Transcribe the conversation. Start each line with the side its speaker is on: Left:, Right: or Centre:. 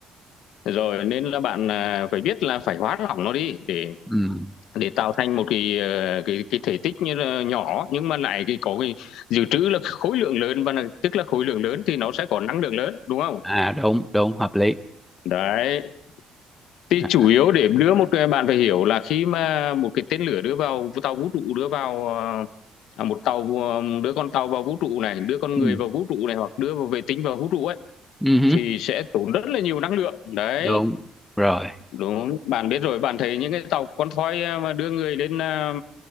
Left: rồi nên là bạn à, phải biết là phải hóa lỏng nó đi để
Centre: ừ
Left: để tạo thành một cái ờ, cái cái thể tích như là nhỏ nhưng mà lại cái có cái dự trữ là khối lượng lớn và là, tức là khối lượng lớn thì nó sẽ có năng lượng lớn đúng không
Centre: à đúng đúng hợp lý
Left: đấy thì
Centre: à,
Left: chủ yếu để đưa một cái bạn phải hiểu là khi mà một cái tên lửa đưa vào tàu vũ trụ đưa vào ờ, à, một tàu um, đưa con tàu vào vũ trụ này đưa con
Centre: ừ
Left: người vào vũ trụ này hoặc đưa vào vệ tinh vào vũ trụ ấy
Centre: ừ hứ,
Left: thì sẽ tốn rất là nhiều năng lượng đấy
Centre: đúng rồi
Left: đúng bạn biết rồi bạn thấy những cái tàu con thoi à, mà đưa người lên à,